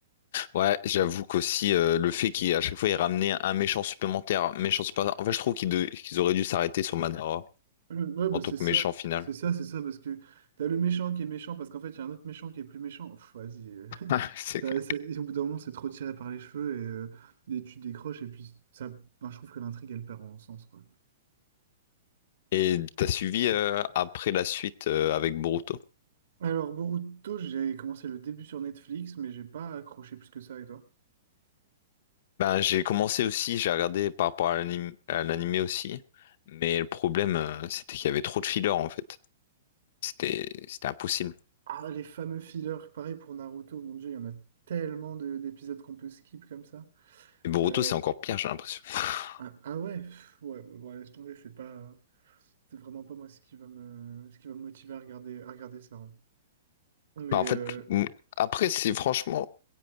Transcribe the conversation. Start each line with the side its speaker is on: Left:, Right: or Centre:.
Left: Ouais, j'avoue qu'aussi euh, le fait qu'à chaque fois il ramenait un méchant supplémentaire, un méchant supplémentaire. En fait, je trouve qu'ils de- qu'ils auraient dû s'arrêter sur Madara
Right: Hum, Ouais, bah
Left: en tant
Right: c'est
Left: que
Right: ça.
Left: méchant final.
Right: C'est ça, c'est ça parce que t'as le méchant qui est méchant parce qu'en fait, il y a un autre méchant qui est plus méchant. Pff, vas-y. euh.
Left: <laughs> C'est
Right: Ça-
Left: clair.
Right: ça- et au bout d'un moment, c'est trop tiré par les cheveux et, euh, et tu décroches. Et puis, ça, ben, je trouve que l'intrigue, elle perd en sens, quoi.
Left: Et t'as suivi euh, après la suite euh, avec Boruto?
Right: Alors, Boruto, j'ai commencé le début sur Netflix, mais j'ai pas accroché plus que ça, et toi?
Left: Ben j'ai commencé aussi, j'ai regardé par rapport à l'anim- à l'animé aussi, mais le problème euh, c'était qu'il y avait trop de fillers en fait. C'était c'était impossible.
Right: Ah, les fameux fillers, pareil pour Naruto, mon Dieu, il y en a tellement de- d'épisodes qu'on peut skip comme ça.
Left: Et Boruto
Right: Euh,
Left: c'est encore pire, j'ai l'impression. <laughs>
Right: ah, ah ouais, pff, ouais, bon, laisse tomber, c'est pas, c'est vraiment pas moi ce qui va me, ce qui va me motiver à regarder, à regarder ça. hein. Mais
Left: Bah,
Right: euh,
Left: en fait, m- après, c'est franchement,